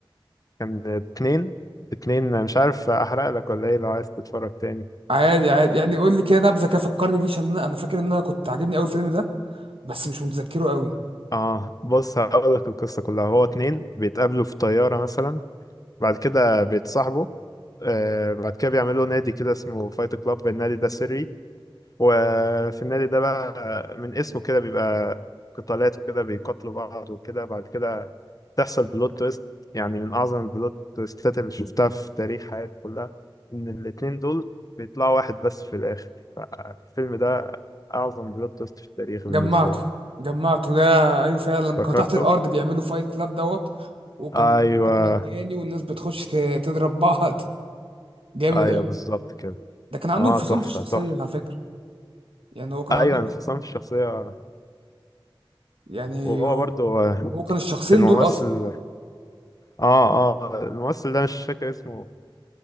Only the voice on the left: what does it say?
كان اتنين اتنين مش عارف احرق لك ولا ايه لو عايز تتفرج تاني
اه بص هقول لك القصة كلها هو اتنين بيتقابلوا في طيارة مثلا بعد كده بيتصاحبوا آه بعد كده بيعملوا نادي كده اسمه فايت كلاب النادي ده سري وفي النادي ده بقى من اسمه كده بيبقى قتالات وكده بيقاتلوا بعض وكده بعد كده تحصل بلوت تويست يعني من أعظم البلوت تويستات اللي شفتها في تاريخ حياتي كلها إن الاتنين دول بيطلعوا واحد بس في الآخر فالفيلم ده أعظم بلوت تويست في التاريخ
بالنسبة لي
فكرته؟
أيوه
أيوه
بالظبط كده
أه
تحفة
تحفة
أيوه
انفصام في الشخصية
وهو
برضو آه،
الممثل
اه اه الممثل ده مش فاكر اسمه